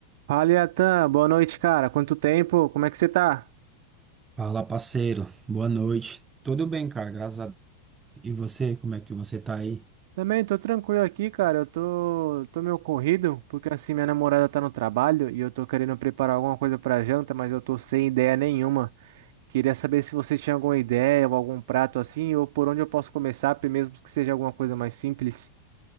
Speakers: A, on the right (about 55°); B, on the right (about 15°).
A: Fala, Iatan. Boa noite, cara. Quanto tempo? Como é que você tá?
B: Fala, parceiro. Boa noite. Tudo bem, cara? Graças a Deus. E você, como é que você tá aí?
A: Também tô tranquilo aqui, cara. Eu tô, tô meio corrido, porque assim, minha namorada tá no trabalho e eu tô querendo preparar alguma coisa pra janta, mas eu tô sem ideia nenhuma. Queria saber se você tinha alguma ideia ou algum prato assim, ou por onde eu posso começar, pe- mesmo que seja alguma coisa mais simples.